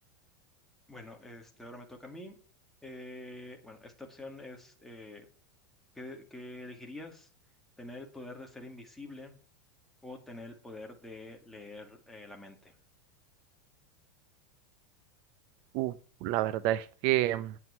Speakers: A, in the centre; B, on the right.
A: Bueno, este, ahora me toca a mí. Eh, bueno, esta opción es, eh, ¿qué, qué elegirías? ¿Tener el poder de ser invisible o tener el poder de leer eh, la mente?
B: Uh, la verdad es que mm,